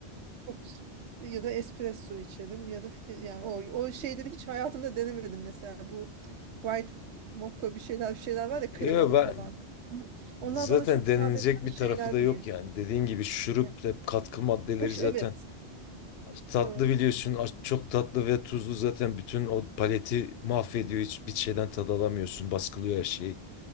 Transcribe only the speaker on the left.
Yo,
ben
Zaten
denilecek
bir
tarafı da yok
yani. Dediğin gibi şurup
ve katkı maddeleri
zaten
tatlı
biliyorsun. az- Çok tatlı ve tuzlu zaten bütün o paleti mahvediyor. Hiçbir şeyden tad alamıyorsun. Baskılıyor her şeyi.